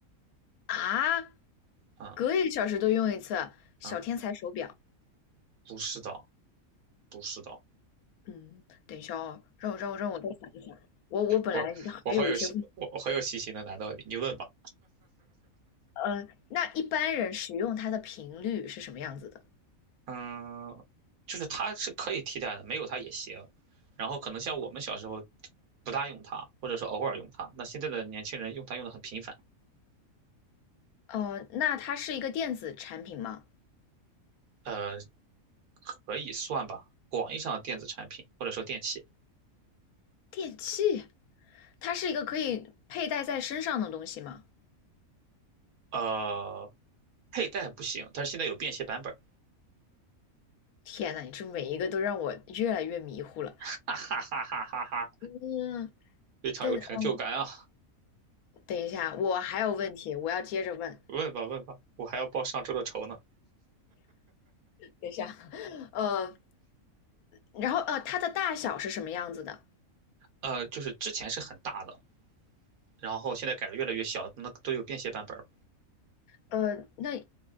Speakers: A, on the left; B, on the right.
A: 啊，
B: 嗯
A: 隔一个小时都用一次小天才手表。
B: 嗯，不是的，不是的，
A: 嗯，等一下哦，让我让我让我再想一想，我我本来还有一些问题。
B: 我我好有细，我我好有细心的，难道你问吧？
A: 呃，那一般人使用它的频率是什么样子的？
B: 嗯，就是它是可以替代的，没有它也行。然后可能像我们小时候不大用它，或者说偶尔用它，那现在的年轻人用它用的很频繁，
A: 哦，那它是一个电子产品吗？
B: 呃，可以算吧，广义上的电子产品或者说电器。
A: 电器，它是一个可以佩戴在身上的东西吗？
B: 呃，佩戴不行，但是现在有便携版本儿，
A: 天呐，你这每一个都让我越来越迷糊了。
B: <laughs> 哈哈哈哈哈哈，
A: 嗯，
B: 非常有成就感啊！
A: 等等一下，我还有问题，我要接着问。
B: <laughs> 问吧问吧，我还要报上周的仇呢。
A: 等一下，呃，然后呃，它的大小是什么样子的？
B: 呃，就是之前是很大的，然后现在改的越来越小，那都有便携版本儿。
A: 呃，那